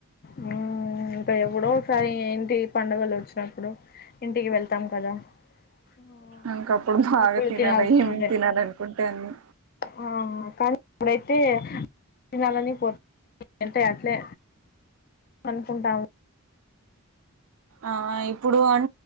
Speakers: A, on the left; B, on the right.
A: హ్మ్ఇంక ఎపుడోసారి ఇంటి పండుగలు వచ్చినప్పుడు ఇంటికి వెళ్తాం కదా ఆ,
B: ఇంకప్పుడు బాగా
A: అప్పుడు
B: తినాలి
A: తినాల్సిందే
B: ఏమేమి తినాలనుకుంటే అన్ని
A: ఆ కానీ ఇప్పుడైతే తినాలని పో అంటే అట్లే అనుకుంటాము
B: ఆ ఇప్పుడు అం